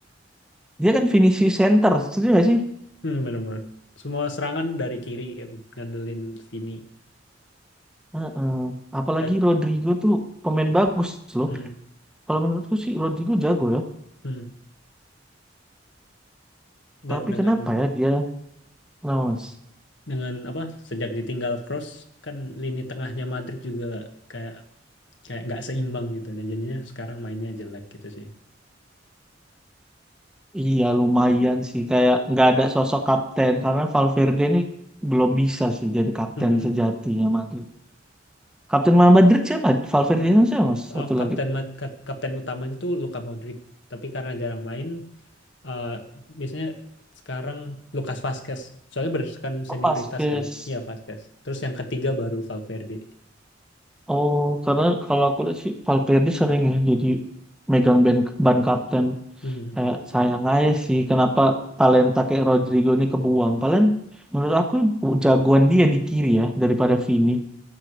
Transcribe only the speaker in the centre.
dia kan finishing center setuju gak sih
Heeh. apalagi
Rodrigo tuh pemain bagus loh
kalau menurutku sih Rodrigo jago ya
tapi
kenapa ya dia Nah, Mas.
iya lumayan sih kayak nggak ada sosok kapten karena Valverde ini belum bisa sih jadi kapten
sejatinya Madrid. Kapten Madrid siapa? Valverde itu siapa Mas? Satu
lagi.
Oh,
Vasquez.
Oh, karena kalau aku lihat sih Valverde sering ya jadi megang ban, ban kapten
kayak sayang aja sih kenapa talenta kayak Rodrigo ini kebuang. Paling menurut aku jagoan dia di kiri ya daripada
Vini.